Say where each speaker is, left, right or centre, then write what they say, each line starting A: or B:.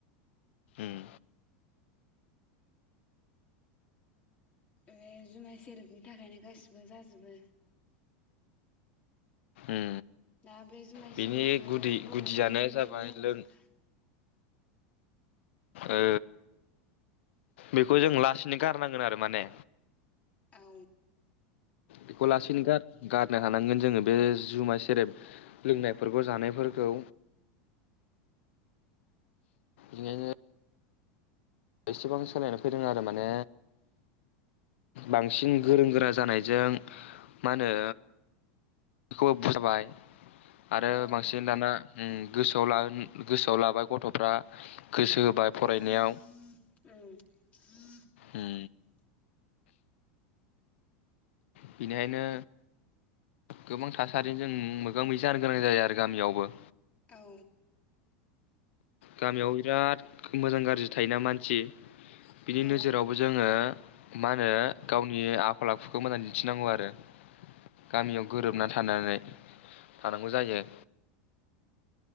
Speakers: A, on the left; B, on the left.
A: ओम
B: बे जुमाय सेरपनि थाखायनो गासिबो जाजोब जोबो
A: उम
B: दा बे जुमाइ
A: बिनि
B: सेरेब संनायाबो
A: गुदि
B: बर'निनो
A: गुदियानो जाबाय
B: नेमखा
A: लों ओ बेखौ जों लासैनो गारनांगोन आरो माने
B: औ
A: बेखौ लासैनो गार गारनो हानांगोन जोङो बे जुमाय सेरेब लोंनायफोरखौ जानायफोरखौ इनो एसेबां सोलायनो फैदों आरो माने बांसिन गोरों गोरा जानायजों मा होनो बेखौबो बुजायबाय आरो
B: औ
A: बांसिन दाना ओम गोसोआव गोसोआव लाबाय गथ'फ्रा
B: उम
A: गोसो होबाय फरायनायाव
B: उम
A: उम बेनिखायनो गोबां थासारिजों जों मोगा मोगि जानो गोनां जायो आरो गामियावबो
B: औ
A: गामियाव बिराद मोजां गाज्रि थायोना मानसि बिनि
B: औ
A: नोजोरावबो जोङो मा होनो गावनि आखल आखुखौ मोजां दिन्थिनांगौ आरो गामियाव गोरोबनानै थानानै थानांगौ जायो